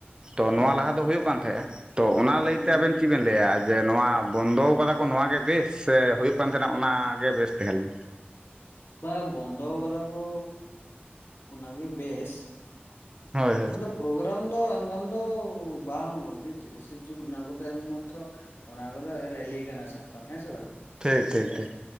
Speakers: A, on the right; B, on the left.
A: ᱛᱚ ᱱᱚᱣᱟ
B: ᱦᱳᱭ ᱦᱳᱭ
A: ᱞᱟᱦᱟ ᱫᱚ ᱦᱩᱭᱩᱜ ᱠᱟᱱ ᱛᱟᱦᱮᱸᱫᱼᱟ ᱛᱚ ᱚᱱᱟ ᱞᱟᱹᱭᱛᱮ
B: ᱦᱩᱸ
A: ᱟᱵᱮᱱ ᱪᱮᱫ ᱵᱮᱱ ᱞᱟᱹᱭᱟ ᱡᱮ ᱱᱚᱣᱟ ᱵᱚᱱᱫᱚ ᱟᱠᱟᱫᱟ ᱠᱚ ᱱᱚᱣᱟ ᱜᱮ ᱵᱮᱥ ᱥᱮ ᱦᱩᱭᱩᱜ ᱠᱟᱱ ᱛᱟᱸᱦᱮᱱᱟ ᱚᱱᱟᱜ ᱜᱮ ᱵᱮᱥ ᱛᱟᱦᱮᱸ ᱞᱮᱱᱟ
B: ᱵᱟᱝᱟ ᱵᱚᱱᱫᱚ ᱟᱠᱟᱫᱟ ᱠᱚ ᱚᱱᱟᱜᱮ ᱵᱮᱥ᱾
A: ᱦᱳᱭ
B: ᱮᱱᱠᱷᱟᱱ
A: ᱦᱳᱭ
B: ᱫᱚ ᱯᱨᱳᱜᱨᱟᱢ ᱫᱚ ᱮᱱᱠᱷᱟᱱ ᱫᱚ ᱵᱟᱝ ᱦᱳᱭ ᱛᱤᱨᱤᱥᱮ ᱡᱩᱱ ᱚᱱᱟ ᱠᱚᱫᱚ ᱮᱢ ᱜᱟᱱᱚᱜ ᱛᱚ ᱚᱱᱟ ᱠᱚᱫᱚ ᱨᱮᱞᱤ ᱠᱟᱱᱟ ᱥᱟᱵᱠᱟᱵᱟᱢ ᱦᱮᱸ ᱥᱮ ᱵᱟᱝ
A: ᱴᱷᱤᱠ
B: ᱢᱤᱫᱴᱮᱡ
A: ᱴᱷᱤᱠ ᱴᱷᱤᱠ